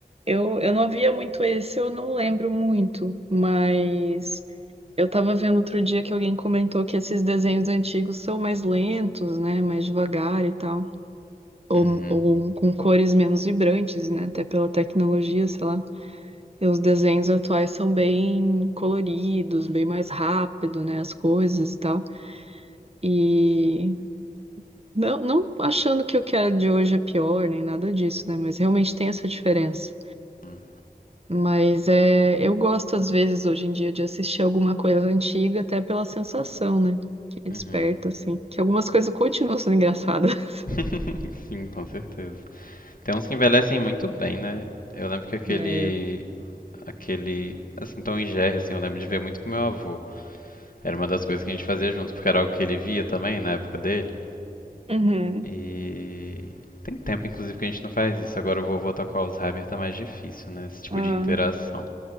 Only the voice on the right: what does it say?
Eu, eu não via muito esse, eu não lembro muito, mas eu tava vendo outro dia que alguém comentou que esses desenhos antigos são mais lentos, né? Mais devagar e tal. Ou,
ou com cores menos vibrantes, né? Até pela tecnologia, sei lá. E os desenhos atuais são bem coloridos, bem mais rápido, né? As coisas e tal. E não, não achando que o que é de hoje é pior, nem nada disso, né? Mas realmente tem essa diferença.
Mas é, eu gosto, às vezes, hoje em dia, de assistir alguma coisa antiga, até pela sensação, né? Que
desperta, assim. Que algumas coisas continuam sendo engraçadas. <laughs>
né?
Uhum.
Ah,